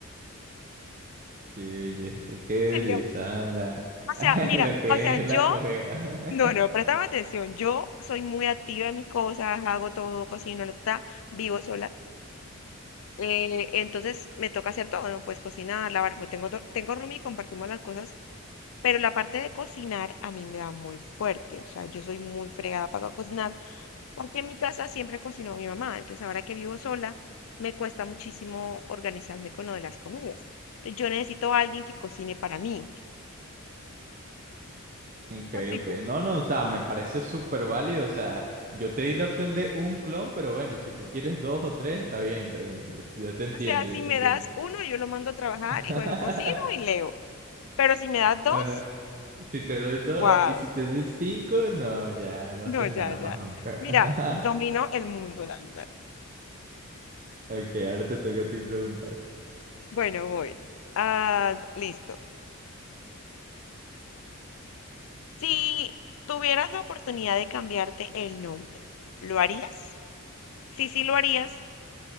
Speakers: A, on the right (about 40°); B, on the left (about 70°).
A: Qué belleza, qué belleza,
B: Sería, o
A: la- <laughs>
B: sea, mira,
A: lo que
B: o sea,
A: es
B: yo,
A: la flojera. <laughs>
B: no, no, préstame atención, yo soy muy activa en mis cosas, hago todo, cocino, la, ta, vivo sola. eh, entonces me toca hacer todo, ¿no? Pues cocinar, lavar, pues tengo, do- tengo roomie y compartimos las cosas Pero la parte de cocinar a mí me da muy fuerte, o sea, yo soy muy fregada para cocinar, porque en mi casa siempre cocinó mi mamá, entonces ahora que vivo sola, me cuesta muchísimo organizarme con lo de las comidas. Entonces yo necesito a alguien que cocine para mí.
A: Ok,
B: Así
A: ok.
B: que, o
A: No, no, o sea, me parece súper válido. O sea, yo te di la opción de un clon, pero bueno, si tú quieres dos o tres, está bien, está bien. Yo, yo te entiendo,
B: sea,
A: yo
B: si
A: te
B: me
A: entiendo.
B: das uno, yo lo mando a trabajar
A: <laughs>
B: y bueno, cocino y leo. Pero si me das dos,
A: No, no. Si te doy dos
B: wow,
A: y si te doy cinco, no, ya no
B: no,
A: haces
B: ya,
A: nada
B: ya.
A: más nunca.
B: Mira, domino
A: <laughs>
B: el mundo, la verdad.
A: Ok, ahora te toca a ti preguntar.
B: Bueno, voy. Ah, listo. Si tuvieras la oportunidad de cambiarte el nombre, ¿lo harías? Si sí lo harías,